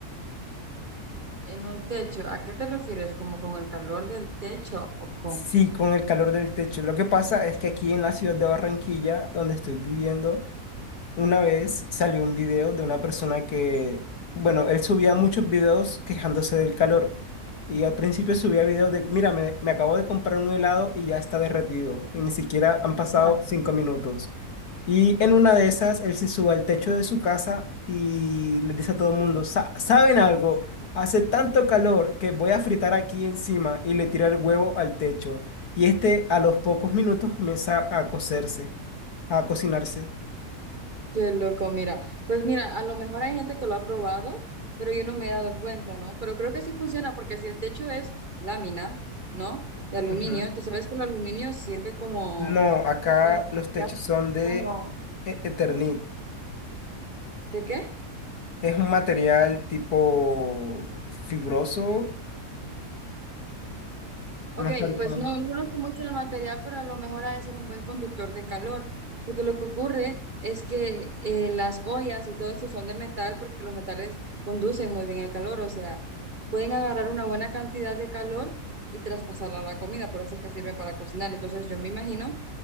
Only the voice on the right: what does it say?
En un techo, ¿a qué te refieres? ¿Como con el calor del techo o con...?
Ajá.
Qué loco, mira. Pues mira, a lo mejor hay gente que lo ha probado, pero yo no me he dado cuenta, ¿no? Pero creo que sí funciona porque si el techo es lámina, ¿no? De aluminio,
tú sabes que el aluminio sirve como...
Como
material,
como...
¿De qué?
Ok,
pues
no, no conozco mucho el material, pero a lo mejor ha de ser un buen conductor de calor, porque lo que ocurre es que eh, las ollas y todo esto son de metal, porque los metales conducen muy bien el calor, o sea, pueden agarrar una buena cantidad de calor y traspasarla a la comida, por eso es que sirven para cocinar. Entonces yo me imagino